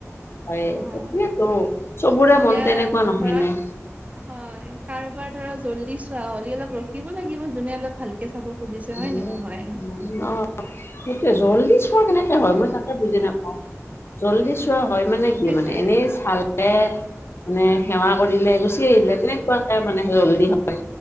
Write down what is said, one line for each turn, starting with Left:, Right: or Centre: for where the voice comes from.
Left: হয়
Right: অ
Left: সেয়েতো, চবৰে
Right: এতিয়া
Left: মন তেনেকুৱা নহয়
Right: ধৰা
Left: নে?
Right: হয় কাৰোবাৰ ধৰ জল্দি চোৱা হ'ল অলপ ৰখিব লাগিব যোনে অলপ ভালকে চাব খুজিছে
Left: উম
Right: হয় নে নহয়?
Left: অ', সেইটো জল্দি চোৱা কেনেকে হয় মই তাকে বুজি নাপাও জল্দি চো চোৱা হয় মানে কি
Right: সেইটোৱে
Left: মানে এনেই চাল এ মানে সেৱা কৰিলে গুচি আহিলে তেনেকুৱাকে মানে জল্দি হয়।